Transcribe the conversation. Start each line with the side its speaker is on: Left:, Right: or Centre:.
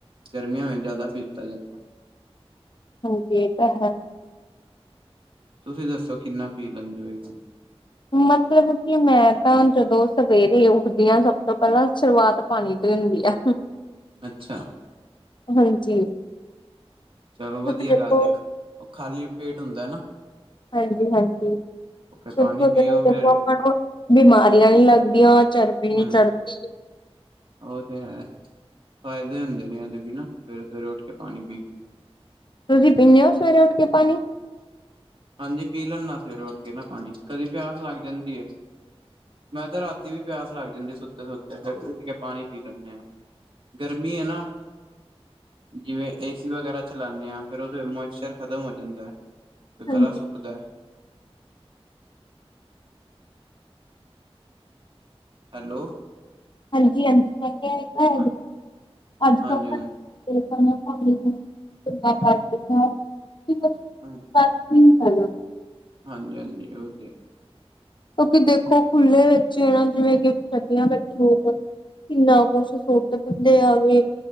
Right: ਗਰਮੀਆਂ ਵਿੱਚ ਜ਼ਿਆਦਾ ਪੀਤਾ ਜਾਂਦਾ।
Left: ਹਾਂਜੀ ਇਹ ਤਾਂ ਹੈ।
Right: ਤੁਸੀਂ ਦੱਸੋ ਕਿੰਨਾ ਪੀ ਲੈਂਦੇ ਹੋ ਹੈਗੀ?
Left: ਮਤਲਬ ਕਿ ਮੈਂ ਤਾਂ ਜਦੋਂ ਸਵੇਰੇ ਉੱਠਦੀ ਹਾਂ ਸਭ ਤੋਂ ਪਹਿਲਾਂ ਸ਼ੁਰੂਆਤ- ਪਾਣੀ ਤੇ ਹੁੰਦੀ ਐ
Right: ਅੱਛਾ
Left: ਹਾਂਜੀ
Right: ਚਲੋ
Left: ਕਿਉਂਕਿ
Right: ਵਦੀਆ
Left: ਦੇਖੋ
Right: ਗੱਲ ਏ ਇੱਕ ਉਹ ਖਾਲੀ ਪੇਟ ਹੁੰਦਾ ਨਾ
Left: ਹਾਂਜੀ ਹਾਂਜੀ
Right: ਫਿਰ ਪਾਣੀ
Left: ਇਥੋਂ
Right: ਪੀਓ
Left: ਦੇ
Right: ਫਿਰ
Left: ਦੇਖੋ ਆਪਾਂ ਨੂੰ ਬਿਮਾਰੀਆਂ ਨੀ ਲੱਗਦੀਆਂ ਔਰ ਚਰਬੀ
Right: ਹਾਂ
Left: ਨਹੀਂ ਚੜ੍ਹਦੀ
Right: ਉਹ ਤੇ ਹੈ ਫਾਇਦੇ ਹੁੰਦੇ ਨੇ ਐਦੇ ਵੀ ਨਾ, ਸਵੇਰੇ ਸਵੇਰੇ ਉੱਠ ਕੇ ਪਾਣੀ ਪੀ
Left: ਤੁਸੀਂ ਪੀਂਨੇ ਓ ਸਵੇਰੇ ਉੱਠ ਕੇ ਪਾਣੀ
Right: ਹਾਂਜੀ ਪੀ ਲੈਂਨਾ ਸਵੇਰੇ ਉੱਠ ਕੇ ਨਾ ਪਾਣੀ ਕਦੇ ਪਿਆਸ ਲੱਗ ਜਾਂਦੀ ਏ ਮੈਂ ਤੇ ਰਾਤੀ ਵੀ ਪਿਆਸ ਲੱਗ ਜਾਂਦੀ ਸੁੱਤੇ ਸੁੱਤੇ ਫਿਰ ਉੱਠ ਕੇ ਪਾਨੀ ਪੀ ਲੈਂਨੇ ਆ ਗਰਮੀ ਏ ਨਾ ਜਿਵੇਂ ਏਸੀ ਵਗੈਰਾ ਚਲਾਨੇ ਆ ਫੇਿਰ ਉਹਦੇ ਮੋਸਚਰ ਖ਼ਤਮ ਹੋ ਜਾਂਦਾ ਤੇ
Left: ਹਾਂਜੀ
Right: ਗਲਾ ਸੁੱਕਦਾ ਹੈਲੋ
Left: ਹਾਂਜੀ ਹਾਂਜੀ ਮੈਂ ਕਿਹਾ
Right: ਹਾਂ,
Left: ਅੱਜ
Right: ਹਾਂਜੀ,
Left: <unintelligible>
Right: ਹਾਂਜੀ,
Left: <unintelligible>
Right: ਹਾਂਜੀ
Left: <unintelligible>
Right: ਹਾਂਜੀ ਹਾਂਜੀ ਉਹ ਤੇ ਹੈ
Left: ਕਿਉਂਕਿ ਦੇਖੋ ਖੁੱਲ੍ਹੇ ਵਿੱਚ ਨਾ ਜਿਵੇਂ ਕਿ ਸਰਦੀਆਂ ਵਿੱਚ ਲੋਕ ਕਿੰਨਾ ਕੁਛ ਸੁੱਟ ਦਿੰਦੇ ਆ ਵੀ